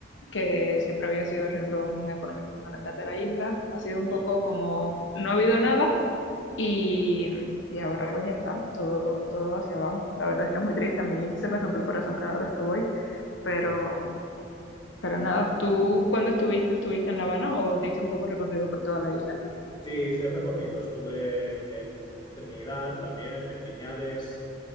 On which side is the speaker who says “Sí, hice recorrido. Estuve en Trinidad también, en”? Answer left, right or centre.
Left